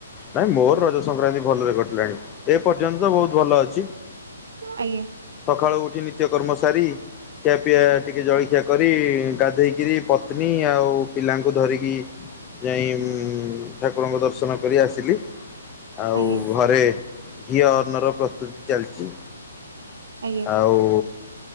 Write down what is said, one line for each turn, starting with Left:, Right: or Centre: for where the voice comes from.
Left: ନାଇଁ ମୋର ରଜ ସଂକ୍ରାନ୍ତି ଭଲରେ କଟିଲାଣି। ଏ ପର୍ଯ୍ୟନ୍ତ ବହୁତ ଭଲ ଅଛି।
Right: ଆଜ୍ଞା
Left: ସକାଳୁ ଉଠି ନିତ୍ୟ କର୍ମ ସାରି ଖିଆ ପିଆ ଟିକେ ଜଳଖିଆ କରି ଗାଧେଇ କିରି ପତ୍ନୀ ଆଉ ପିଲାଙ୍କୁ ଧରିକି ଯାଇ ଉଁ ଠାକୁରଙ୍କ ଦର୍ଶନ କରି ଆସିଲି। ଆଉ
Right: ଆଜ୍ଞା
Left: ଘରେ ଘିଅର୍ନର ପ୍ରସ୍ତୁତି ଚାଲିଛି।
Right: ଆଜ୍ଞା
Left: ଆଉ